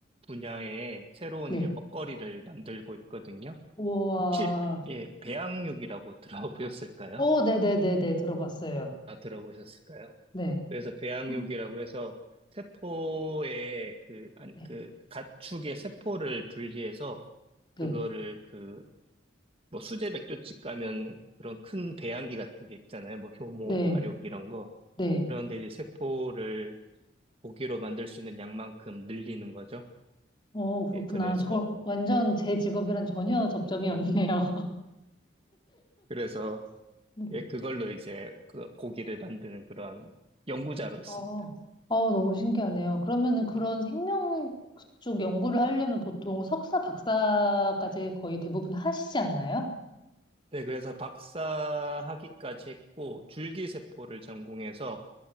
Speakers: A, on the right; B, on the left.
A: 분야에 새로운
B: 네.
A: 이제 먹거리를 만들고 있거든요.
B: 우와.
A: 혹시, 예, 배양육이라고 <laughs> 들어보셨을까요?
B: 어, 네네네네. 들어봤어요.
A: 아, 들어보셨을까요?
B: 네.
A: 그래서 배양육이라고
B: 어,
A: 해서 세포의 그, 안,
B: 네.
A: 그 가축의 세포를 분리해서
B: 네.
A: 그거를 그, 뭐 수제 맥조집 가면 그런 큰 배양기 같은 게 있잖아요. 뭐 효모,
B: 네.
A: 발육 이런 거.
B: 네.
A: 그런데 이제 세포를 고기로 만들 수 있는 양만큼 늘리는 거죠.
B: 어, 그렇구나.
A: 예, 그래서,
B: 저 완전 제 직업이랑 전혀 접점이 없네요.
A: 그래서,
B: <laughs> 네.
A: 예, 그걸로 이제 그 고기를 만드는 그런 연구자로 있습니다.
B: 어, 어, 너무 신기하네요. 그러면은 그런
A: 네,
B: 생명 쪽 연구를 하려면 보통 석사, 박사까지 거의 대부분 하시지 않나요?
A: 네, 그래서 박사학위까지 했고, 줄기세포를 전공해서